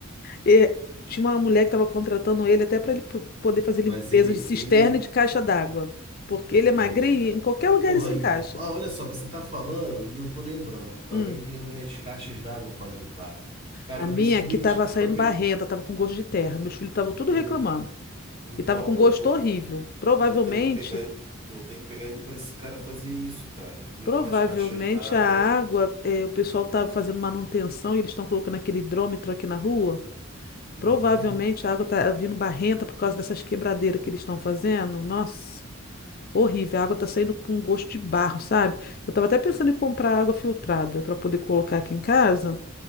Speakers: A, on the left (about 45°); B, on the right (about 25°).
A: É, tinha uma mulher que estava contratando ele até para ele p- poder fazer limpeza
B: Mas ele,
A: de cisterna
B: ele,
A: e de caixa d'água. Porque ele
B: entendi.
A: é magrinho, e em qualquer lugar
B: Porra,
A: ele se encaixa.
B: e, ah, olha só, você tá falando e eu tô lembrando, também
A: Hum.
B: tem as minhas caixas d'água para limpar. Cara,
A: A
B: eu
A: minha
B: preciso
A: aqui
B: dele
A: estava
B: tipo
A: saindo
B: para
A: barrenta, estava com gosto de terra. Meus filhos estavam tudo
B: Aí,
A: reclamando.
B: então,
A: E estava com
B: eu
A: gosto
B: tô
A: horrível. Provavelmente,
B: Eu tenho que pegar, eu tenho que pegar ele para esse cara fazer isso, cara. Limpar
A: provavelmente
B: as caixas d'água.
A: a água, eh, o pessoal estava fazendo manutenção e eles estão colocando aquele hidrômetro aqui na rua. Provavelmente
B: Aham,
A: a água está vindo barrenta por causa dessas quebradeiras que eles estão fazendo. Nossa. Horrível, a água tá saindo com um gosto de barro, sabe? Eu tava até pensando em comprar água filtrada para poder colocar aqui em casa,